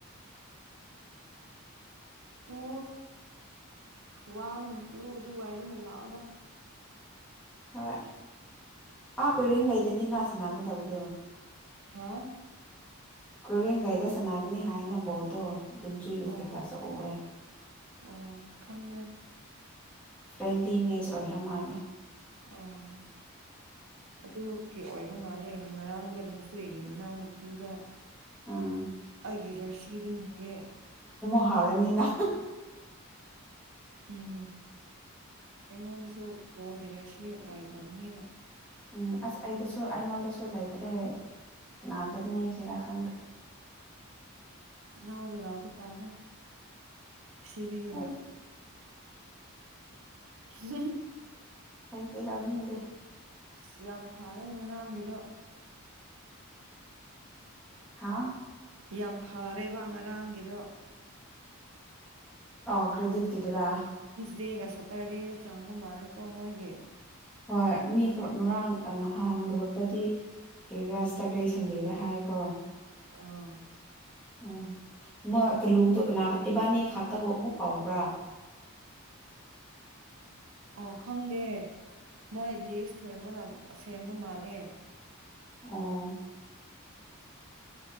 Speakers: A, in the centre; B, on the right.
A: <unintelligible>
B: ꯇꯨ ꯋꯥꯟ ꯇꯨ ꯑꯗꯨ ꯋꯥꯏꯗꯅ ꯂꯥꯎꯗ
A: ꯍꯣꯏ ꯑꯥ ꯀꯣꯏꯔꯦꯟꯈꯩꯗꯅꯤꯅꯥ ꯁꯅꯥꯒꯗꯕꯗꯣ
B: ꯍꯥꯥ
A: ꯀꯔꯤꯒꯩꯗ ꯁꯅꯥꯒꯅꯤ ꯍꯥꯏꯅꯕꯣꯗꯨꯣ ꯑꯗꯨꯝ ꯆꯨꯏꯒꯤ ꯏꯁꯇꯦꯛꯇꯁꯨ
B: ꯑꯣ
A: ꯑꯣꯏꯑꯦ
B: ꯑꯣ ꯈꯪꯗꯦ
A: ꯐ꯭ꯔꯦꯟꯂꯤ ꯏꯃꯦꯖ ꯑꯣꯏꯔ ꯃꯥꯜꯂꯦ
B: ꯑꯣ ꯑꯗꯨꯒꯤ ꯑꯣꯏꯕ ꯃꯥꯜꯂꯦ ꯉꯔꯥꯡꯗꯣ ꯅꯨꯡꯆꯨꯒꯤ ꯃꯅꯥꯎꯅꯨꯄꯤꯗ
A: ꯑꯥ
B: ꯑꯩꯒꯤ ꯖꯔꯁꯤꯗꯨꯅꯦꯌꯦ
A: ꯃꯍꯥꯎꯔꯅꯤꯅ
B: ꯎꯝ ꯑꯩꯉꯣꯟꯅꯁꯨꯣ ꯕꯣꯒꯤꯗꯔꯁꯤ ꯂꯩꯗ꯭ꯔꯕꯅꯤꯅ
A: ꯎꯝ ꯑꯁ ꯑꯩꯗꯁꯨ ꯑꯩꯉꯣꯟꯗꯁꯨ ꯂꯩꯇ꯭ꯔꯦ ꯀꯅꯥꯗꯅꯤ ꯈꯔ ꯈꯪꯗꯦ
B: ꯅꯅꯥꯎꯕ ꯂꯑꯣꯕ ꯇꯥꯔꯦ ꯑꯁꯤꯗꯒꯤꯅ
A: ꯑꯩꯗꯤ
B: ꯍ
A: ꯑꯩꯗꯤ ꯂꯧꯅꯤꯡꯗꯦ
B: ꯑꯁ ꯌꯥꯝ ꯐꯔꯦ ꯉꯔꯥꯡꯒꯤꯗꯣ
A: ꯍꯥꯥ
B: ꯌꯥꯝ ꯐꯔꯦꯕ ꯉꯔꯥꯡꯒꯤꯗꯣ
A: ꯑ ꯀ꯭ꯔꯤꯗꯤꯠꯀꯤꯗꯨꯔꯥ
B: ꯗꯒ ꯁꯇꯔꯗꯦꯗ ꯆꯥꯡꯉꯣ ꯃꯥꯂꯤꯀꯣ ꯃꯣꯏꯦ
A: ꯍꯣꯏ ꯃꯤ ꯉꯔꯥꯡ ꯅꯍꯥꯟꯒ꯭ꯔꯨꯞꯇꯗꯤ ꯐꯔꯤꯔꯥ ꯁꯇꯔꯗꯦ ꯁꯟꯗꯦꯗ ꯍꯥꯏꯀꯣ
B: ꯑ
A: ꯎ ꯃ ꯀꯜꯂꯨꯗꯨ ꯀꯅꯥ ꯏꯕꯥꯅꯤ ꯈꯥꯛꯇꯕꯨ ꯑꯃꯨꯛ ꯀꯥꯎꯕ꯭ꯔꯥ
B: ꯑ ꯈꯪꯗꯦ ꯃꯣꯏ ꯂꯤꯁ ꯁꯦꯝꯃ ꯁꯦꯝꯕ ꯃꯥꯜꯂꯦ
A: ꯑꯣ